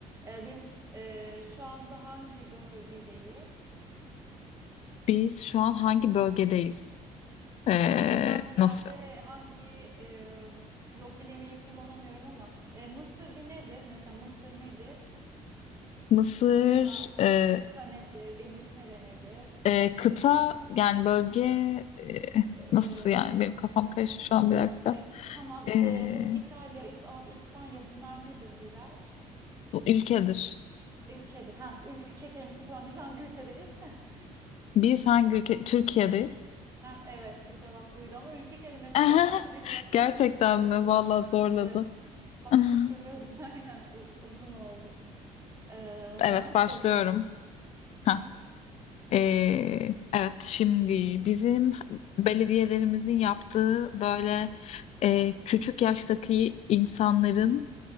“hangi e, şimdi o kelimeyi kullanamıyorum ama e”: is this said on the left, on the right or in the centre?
Right